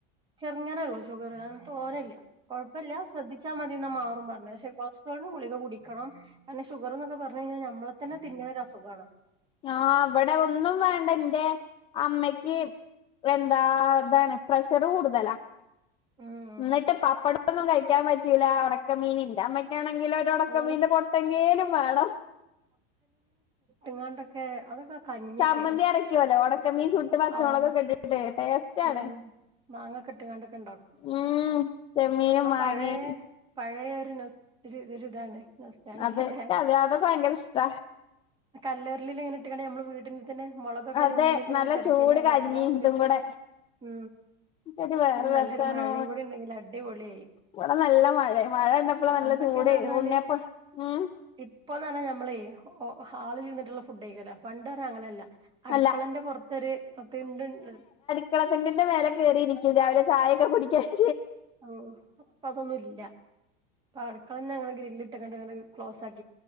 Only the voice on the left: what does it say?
ആ അവിടെ ഒന്നും വേണ്ട എന്റെ അമ്മ എന്താ.. ഇതാണ് പ്രഷറ്കൂടുതലാ,
എന്നിട്ട് പപ്പട ഇതൊന്നും കഴിക്കാൻ പറ്റില്ല ണക്ക മീന് ന്റ, അമ്മ കാണങ്കി രണക്ക
മീനിന്റെ പൊട്ടങ്കേലും വേണം.
ചമ്മന്തി അരക്കുവല്ലോ? ഉണക്ക മീൻ ചുട്ട് പച്ചമുളക്
ഒക്കെ ഇട്ടിട്ട് ടേസ്റ്റ് ആണ്.
ഉം ചെമ്മീനും
മാങ്ങയും
അത് അതെ അതൊക്കെ ഭയങ്കര ഇഷ്ടാ
അതെ
നല്ല
ചൂട് കഞ്ഞി
ഇതും കൂടെ
ഒരു വേറെ
രസാണോ
ഇവിടെ നല്ല, മഴ മഴ ഉണ്ടപ്പോനല്ല
ചൂടയിനി
ഉണ്ണിയപ്പൊ ഉം
അല്ല
<unintelligible> മേലെകയറിയിരിക്കും രാവിലെ ചായൊക്കെ കുടിക്കാന്.